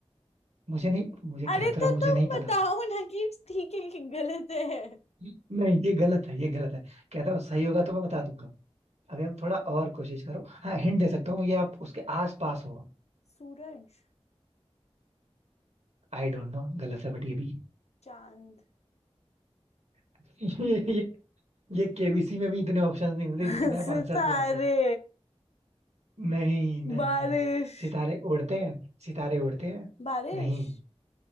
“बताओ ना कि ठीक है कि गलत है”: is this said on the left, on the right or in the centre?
Left